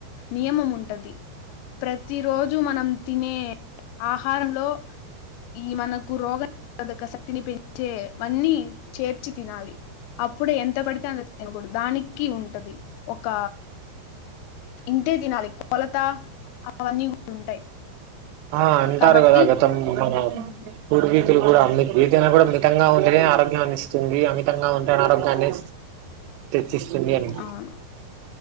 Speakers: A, on the left; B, on the right.
A: నియమం ఉంటది ప్ర తి రోజు మనం తినే ఆహారంలో ఈ మన కు రోగ నిరోధక శక్తిని పెంచేవన్నీ చేర్చి తినాలి అప్పుడే ఎంత పడితే అంతా తినకూడదు దానికి ఉంటది ఒక ఇం టే తినాలి కొలత అవన్నీ కూడా ఉంటాయి
B: ఆ అంటారు
A: కాబట్టి
B: కదా గతం మన
A: ఉమ్,
B: పూర్వీ కులు కూడా ఏదైనా కూడా మితంగా ఉంటేనే ఆరోగ్యాన్ని ఇస్తుంది అమితంగా ఉంటే అనారోగ్యాన్ని ఇస్తు స్తుంది అని
A: అవును